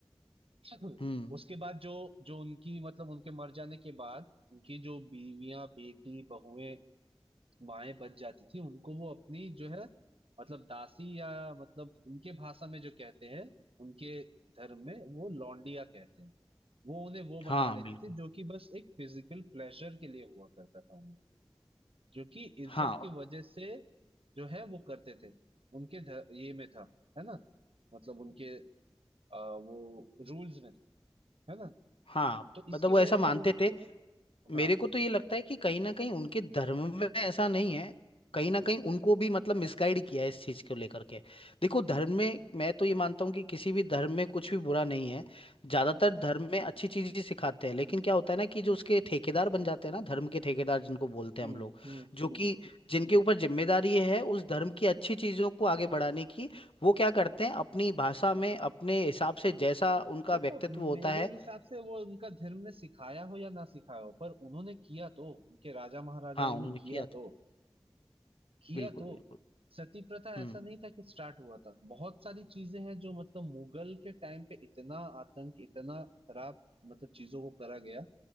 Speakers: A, on the right; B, on the left.
A: <clears throat>
B: हम्म
A: <laughs> उसके बाद जो जो उनकी मतलब उनके मर जाने के बाद उनकी जो बीवियां बेटी बहुएं माएं बच जाती थी उनको वो अपनी जो है मतलब दासी या मतलब उनके भाषा में जो कहते हैं उनके धर्म में वो लौंडिया कहते हैं वो उन्हें वो बना
B: हाँ
A: लेती
B: बिल्कुल
A: थी जो कि बस एक फिजिकल प्लेजर के लिए हुआ करता था उन्हें जो कि इज्जत
B: हाँ
A: की वजह से जो है वो करते थे उनके ध- ये में था है ना मतलब उनके आ, वो रूल्स में था है ना
B: हाँ
A: तो इसकी
B: मतलब वो ऐसा
A: वजह से
B: मानते
A: वो
B: थे
A: हाँ
B: मेरे को तो ये लगता है कि कहीं ना कहीं उनके धर्म में ऐसा नहीं है कहीं ना कहीं उनको भी मतलब मिसगाइड किया है इस चीज को लेकर के देखो धर्म में मैं तो ये मानता हूँ कि किसी भी धर्म में कुछ भी बुरा नहीं है ज्यादातर धर्म में अच्छी चीज ही सिखाते हैं लेकिन क्या होता है ना कि जो उसके ठेकेदार बन जाते हैं ना धर्म के ठेकेदार जिनको बोलते हैं
A: हम्म
B: हम लोग
A: हम्म
B: जो
A: हम्म
B: कि जिनके ऊपर जिम्मेदारी ये है उस धर्म की अच्छी चीजों को आगे बढ़ाने की वो क्या करते हैं अपनी भाषा में अपने हिसाब से जैसा उनका
A: देखो
B: व्यक्तित्व होता
A: मेरे
B: है
A: हिसाब से वो उनका धर्म ने सिखाया हो या ना सिखाया हो पर उन्होंने किया तो उनके राजा महाराजाओं
B: हाँ उन्होंने
A: ने
B: किया
A: किया तो
B: था
A: किया
B: बिल्कुल
A: तो
B: बिल्कुल
A: सती प्रथा
B: हम्म
A: ऐसा नहीं था कि स्टार्ट हुआ था बहुत सारी चीजें हैं जो मतलब मुगल के टाइम पे इतना आतंक इतना खराब मतलब चीजों को करा गया